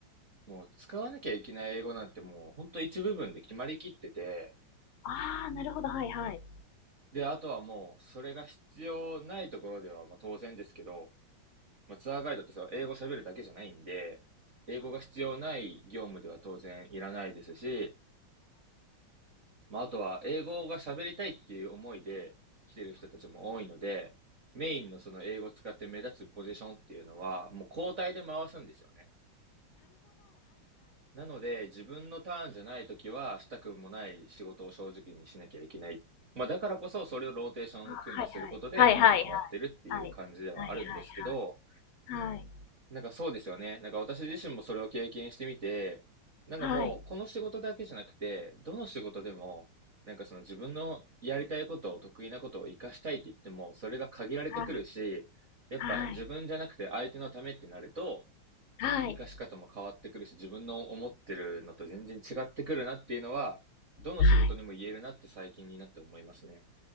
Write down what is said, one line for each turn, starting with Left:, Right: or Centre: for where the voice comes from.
Right: もう使わなきゃいけない英語なんてもう、本当一部分で決まりきってて、
Left: ああ、なるほど、はいはい。
Right: で、あとはもう、それが必要ないところでは、まあ当然ですけど、まあツアーガイドってそう、英語喋るだけじゃないんで、英語が必要ない業務では当然いらないですし、まあ、あとは、英語が喋りたいっていう思いで来てる人たちも多いので、メインのその英語を使って目立つポジションっていうのは、もう交代で回すんですよね。なので、自分のターンじゃないときは、したくもない仕事を正直にしなきゃいけない。まあ、だからこそ、それをローテーション組んですることで、
Left: はいはいはい。
Right: うまく回ってるっていう感じではあるんですけど、
Left: はい。はいはいはい。はい。
Right: なんかそうですよね。なんか私自身もそれを経験してみて、なんかもうこの仕事だけじゃなくて、
Left: はい。
Right: どの仕事でも、なんかその自分のやりたいことを得意なことを活かしたいって言っても、それが限られてくるし、
Left: はい。
Right: やっぱ自分じゃなくて相手のためってなると、
Left: はい。はい。
Right: 活かし方も変わってくるし、自分の思ってるのと全然違ってくるなっていうのは、どの仕事にも言えるなって最近になって思いますね。
Left: はい。